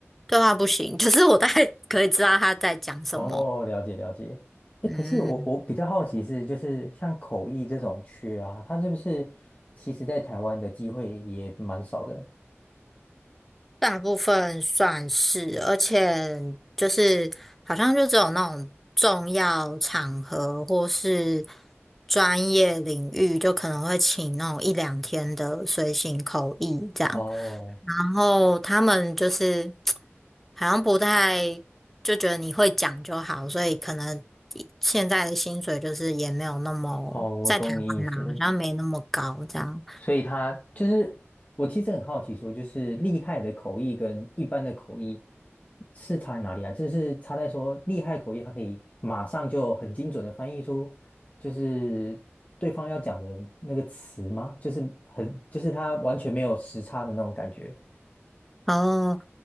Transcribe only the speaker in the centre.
对话不行，可是我大概可以知道他在讲什么。
嗯，
大部分算是，而且就是好像就只有那种重要场合或是专业领域，就可能会请那种一两天的随行口译这样。
然后他们就是好像不太就觉得你会讲就好，所以可能现在的薪水就是也没有那么在台湾啦，
好像没那么高这样。
哦，